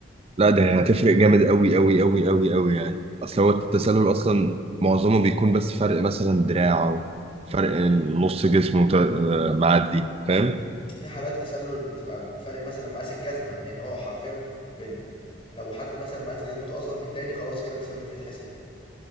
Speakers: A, on the right; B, on the left.
A: لا ده هتفرق جامد قوي قوي قوي قوي قوي يعني اصل هو التسلل اصلا معظمه بيكون بس فرق مثلا دراع او فرق
B: مم.
A: نص جسمه تا- آه، معدي فاهم
B: في حالات تسلل بتبقى فرق مثلا مقاس الجزمه يعني هو حرفيا ب... لو حد مثلا مقاس جزمته اصغر من التاني خلاص كده التسلل مش هيتحسب